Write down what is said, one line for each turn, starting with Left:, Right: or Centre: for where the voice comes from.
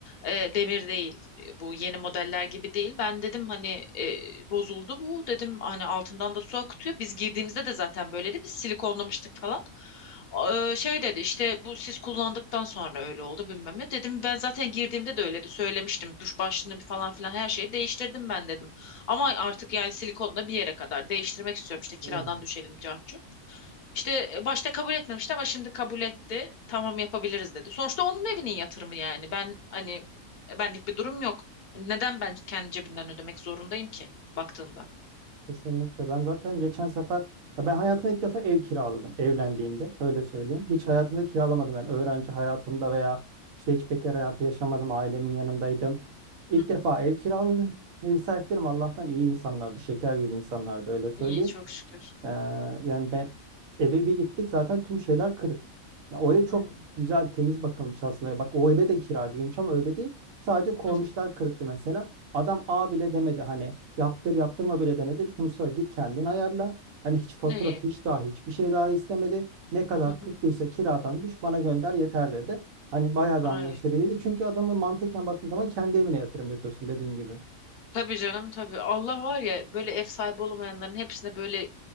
Left: Ee, demir değil. Bu yeni modeller gibi değil. Ben dedim hani e, bozuldu bu. Dedim hani altından da su akıtıyor. Biz girdiğimizde de zaten böyleydi. Biz silikonlamıştık falan. Ee, şey dedi işte bu siz kullandıktan sonra öyle oldu bilmem ne. Dedim ben zaten girdiğimde de öyleydi. Söylemiştim. Duş başlığını falan filan her şeyi değiştirdim ben dedim. Ama artık yani silikonla bir yere kadar değiştirmek istiyorum işte kiradan
Right: Yani
Left: düşelim cartçu. İşte e, başta kabul etmemişti ama şimdi kabul etti. Tamam yapabiliriz dedi. Sonuçta onun evinin yatırımı yani. Ben hani e, benlik bir durum yok. Hani Neden ben kendi cebimden ödemek zorundayım ki baktığında?
Right: kesinlikle. Ben zaten geçen sefer ya ben hayatımda ilk defa ev kiraladım evlendiğimde. Öyle söyleyeyim. Hiç hayatımda kiralamadım. Yani öğrenci hayatımda veya işte hiç bekar hayatı yaşamadım. Ailemin yanındaydım. İlk
Left: Hı hı.
Right: defa ev kiraladım. Ev sahiplerim Allah'tan iyi insanlardı. Şeker gibi insanlardı öyle söyleyeyim.
Left: İyi çok şükür.
Right: Ee, yani ben eve bir gittik zaten tüm şeyler kırık. Ya o ev çok
Left: Hı.
Right: güzel temiz bakılmış aslında. Bak o eve de kiracı girmiş ama öyle değil. Sadece kornişler
Left: Hı hı.
Right: kırıktı mesela. Adam A bile demedi hani yaptır yaptırma bile demedi. Dedi ki Mustafa git kendin ayarla. Hani hiç fatura
Left: İyi.
Right: fiş dahi hiçbir şey dahi istemedi. Ne kadar
Left: Hı hı.
Right: tuttuysa kiradan düş bana gönder yeter dedi. Hani bayağı bir
Left: Ay.
Right: anlaşılabilirdi. Çünkü adamın mantıken baktığın zaman kendi evine yatırım yapıyorsun dediğin gibi.
Left: Tabii canım tabii. Allah var ya böyle ev sahibi olamayanların hepsine böyle